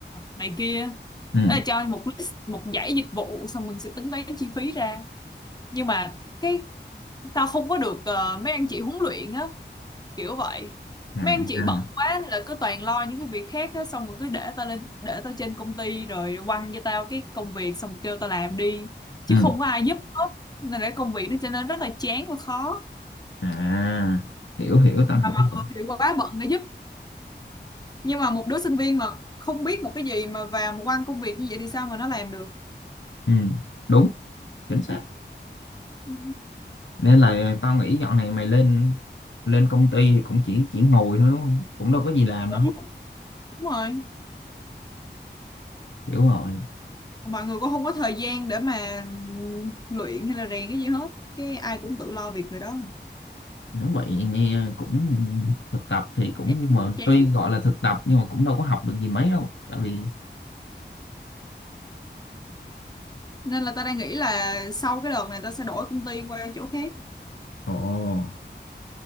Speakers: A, on the left; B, on the left.
A: này kia
B: ừ
A: Đó là cho một list một dãy dịch vụ xong mình sẽ tính toán chi phí ra nhưng mà cái tao không có được ờ, mấy anh chị huấn luyện á kiểu vậy
B: à
A: mấy anh chị
B: à,
A: bận quá nên là cứ toàn lo những cái việc khác á xong rồi cứ để tao lên để tao trên công ty rồi quăng cho tao cái công việc xong rồi kêu tao làm đi chứ
B: ừ
A: không có ai giúp hết nên là công việc nó trở nên rất là chán và khó
B: à hiểu hiểu tao
A: mà
B: hiểu
A: mọi
B: rồi.
A: người thì quá bận để giúp nhưng mà một đứa sinh viên mà không biết một cái gì mà vào một quan công việc như vậy thì sao mà nó làm được
B: ừ đúng chính xác
A: Ừ,
B: nên là tao nghĩ dạo này mày lên lên công ty thì cũng chỉ chỉ ngồi thôi đúng không cũng đâu có gì làm
A: Đúng.
B: đâu
A: đúng rồi
B: hiểu rồi
A: mọi người cũng không có thời gian để mà luyện hay là rèn cái gì hết cái ai cũng tự lo việc người đó
B: nói vậy nghe cũng thực tập thì cũng
A: chán
B: nhưng mà
A: chán.
B: tuy gọi là thực tập nhưng mà cũng đâu có học được gì mấy đâu tại vì
A: nên là tao đang nghĩ là sau cái đợt này tao sẽ đổi công ty qua chỗ khác
B: Ồ.